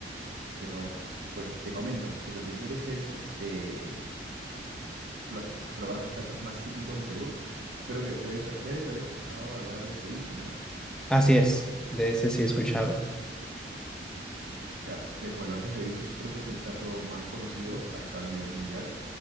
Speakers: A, on the right; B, in the centre.
A: Pero, pues te comento, si lo que quieres es este, los, probar los platos más típicos del Perú, creo que debes, debes haber escuchado hablar del ceviche, ¿no?
B: Así es, de ese sí he escuchado.
A: Ya, te, bueno, ese ceviche es- creo que es el plato más conocido acá a nivel mundial